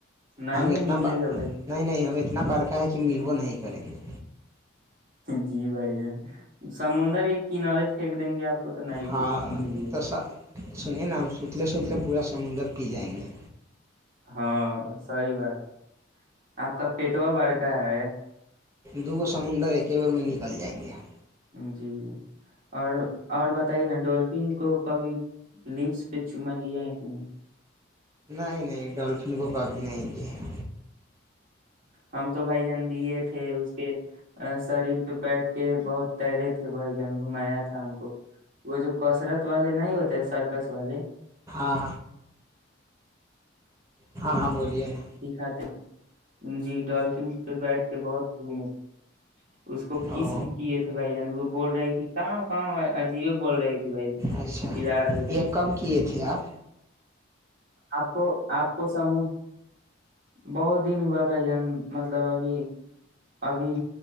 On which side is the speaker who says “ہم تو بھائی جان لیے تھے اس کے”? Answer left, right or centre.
Right